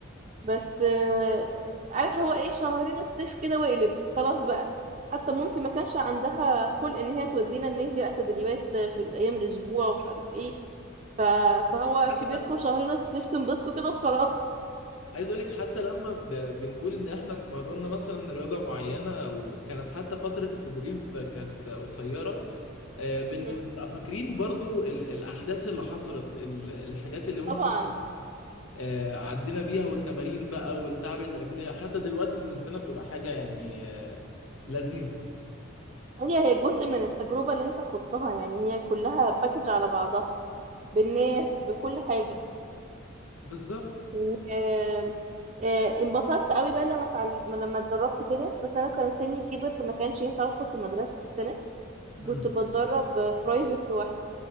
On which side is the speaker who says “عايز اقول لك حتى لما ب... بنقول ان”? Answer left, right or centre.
Left